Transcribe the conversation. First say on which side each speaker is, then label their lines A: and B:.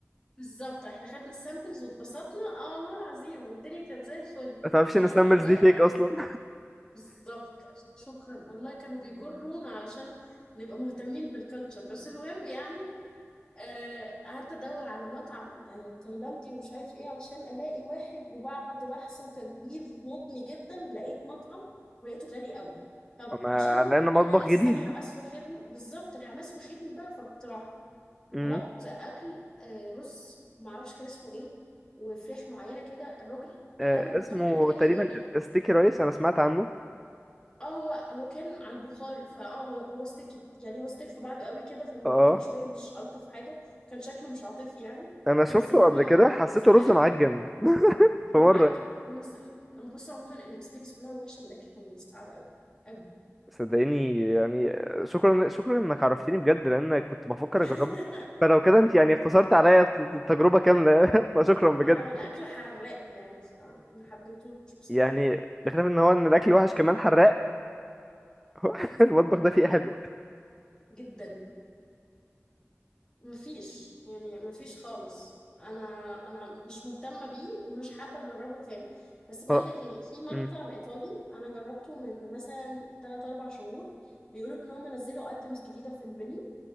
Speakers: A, on the left; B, in the centre.
A: بالظبط احنا خدنا السامبلز واتبسطنا اه والله العظيم والدنيا كانت زي الفل
B: ما تعرفش
A: انا
B: ان سامرز
A: اروح اجرب
B: دي فيك اصلا
A: بالظبط شكرا الله كانوا بيجرونا علشان نبقى مهتمين بالكلتشر بس المهم يعني آه، قعدت ادور على مطعم آه، تايلاندي ومش عارف ايه علشان الاقي واحد وبعد بحث وتدوير مضني جدا لقيت مطعم ولقيته غالي قوي
B: <laughs>
A: طب
B: اما
A: عشان
B: على انه مطبخ
A: انا لسه
B: جديد
A: الحماس واخدني بالظبط الحماس واخدني بقى فرحت رايحه
B: امم
A: طلبت اكل آه، رز معرفش كان اسمه ايه وفراخ معينه كده الراجل حاول
B: آه
A: بقدر
B: اسمه
A: الامكان
B: تقريبا
A: يقول لي
B: ستيكي رايس انا سمعت عنه
A: اه هو هو كان على البخار فاه هو هو استكت يعني هو استك في بعضه قوي كده فالموضوع
B: اه
A: كان شويه مش الطف حاجه كان شكله مش عاطفي يعني
B: انا شفته
A: ونزل لنا
B: قبل كده حسيته
A: فراخ
B: رز معجن
A: كده
B: في
A: هو
B: مره
A: معجن ونزل هو بص عموما الاكسبيرينس كلها وحشه الاكل كان صعب قوي قوي
B: صدقيني يعني آه، شكرا شكرا انك عرفتني بجد لان كنت بفكر
A: <laughs>
B: اجربه فلو كده انت يعني اختصرت عليا الت- التجربه كامله <laughs> فشكرا بجد
A: اه الاكل حراق يعني فما حبيتهوش بصراحه
B: يعني بخلاف ان هو ان الاكل وحش كمان حراق <laughs> المطبخ ده فيه إيه حلو
A: جدا مفيش يعني مفيش خالص انا انا مش مهتمه بيه ومش حابه اجربه تاني بس بقول
B: ف-
A: لك ايه في مطعم
B: مم.
A: ايطالي انا جربته من مثلا 3 4 شهور بيقولوا ان هم نزلوا ايتمز جديده في المنيو